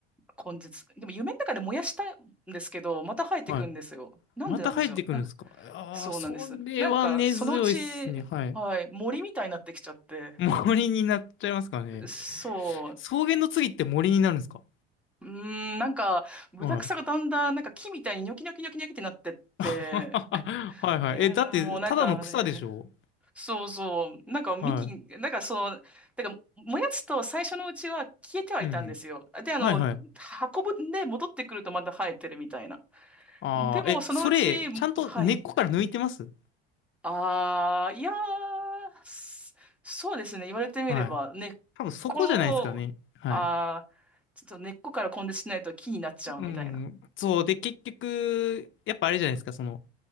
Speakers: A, in the centre; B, on the left.
A: 根絶。でも夢の中で燃やしたんですけど、また生えてくんですよ。
B: はい。
A: なんでなんでしょう。
B: また入ってくるんですかああー、
A: そうなんです。
B: それは根強いっすね。
A: なんか、そのうち、
B: はい。
A: はい、森みたいになってきちゃって。
B: 森になっちゃいますかね。
A: そう。
B: 草原の次って森になるんですか
A: うーん、なんか、ブタクサがだんだん、
B: はい。
A: なんか木みたいにニョキニョキニョキニョキってなってって、
B: <laughs> はいはい。
A: えーもうなんかね、
B: え、だって、ただの草でしょ
A: そうそう、なんか幹、
B: は
A: なんかその、だから燃やすと最初のうちは消えてはいたんですよ。
B: い。うん。
A: で、あの、
B: はいはい。
A: 運ぶんで戻ってくるとまた生えてるみたいな。
B: ああ、
A: でも、
B: え、
A: そのうち、
B: それ、ちゃんと根っこから抜いてます
A: はい。ああ、いやー、すそうですね。言われてみればね、
B: はい。
A: 根っ
B: 多分そこじゃないですかね。
A: こを、
B: はい。
A: ああ、ちょっと根っこから根絶しないと木になっちゃうみたいな。
B: うん。そう。で、結局、やっぱあれじゃないですか、その、